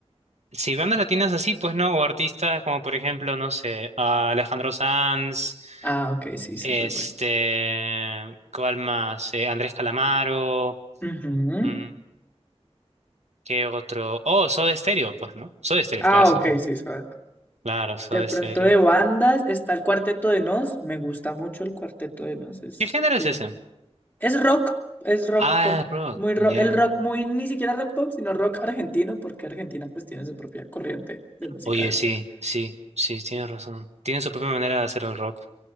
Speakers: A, on the right (about 75°); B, on the left (about 15°).
A: Sí, bandas latinas así, pues no, o artistas como por ejemplo, no sé, a Alejandro Sanz,
B: Ah, ok, sí, súper
A: este,
B: bueno.
A: ¿cuál más? Eh, Andrés Calamaro,
B: Ujú.
A: mm, ¿qué otro? Oh, Soda Stereo, pues, ¿no? Soda Stereo
B: Ah,
A: es clásico.
B: ok, sí, suave.
A: Claro, Soda
B: De pronto
A: Stereo.
B: de bandas está el Cuarteto de Nos. Me gusta mucho el Cuarteto de Nos. Es,
A: ¿Qué género
B: tien-
A: es ese?
B: es rock, es rock
A: Ah,
B: pop.
A: es rock,
B: Muy ro-
A: ya.
B: el rock, muy ni siquiera rock pop, sino rock argentino, porque Argentina pues tiene su propia corriente de música
A: Oye,
B: de
A: sí,
B: rock.
A: sí, sí, tienes razón. Tienen su propia manera de hacer el rock.